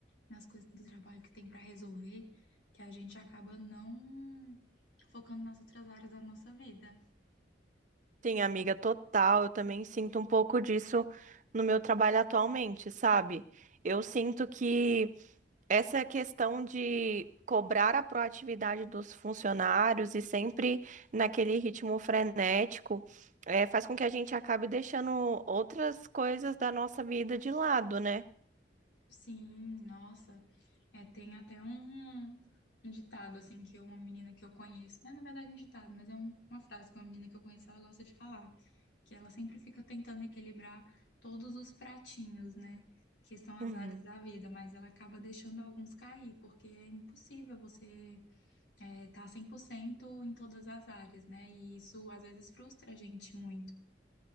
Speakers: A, on the left; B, on the right.
A: nas coisas do trabalho que tem pra resolver, que a gente acaba não focando nas outras áreas da nossa vida.
B: Sim, amiga, total. Eu também sinto um pouco disso no meu trabalho atualmente, sabe? Eu sinto que essa questão de cobrar a proatividade dos funcionários e sempre naquele ritmo frenético, eh, faz com que a gente acabe deixando outras coisas da nossa vida de lado, né?
A: Sim, nossa, é, tem até um, um ditado, assim, que uma menina que eu conheço, não é na verdade é um ditado, mas é um- uma frase que uma menina que eu conheço, ela gosta de falar, que ela sempre fica tentando equilibrar todos os pratinhos, né, que são as
B: Uhum.
A: áreas da vida, mas ela acaba deixando alguns cair, porque é impossível você estar tá 100% em todas as áreas, né, e isso às vezes frustra a gente muito.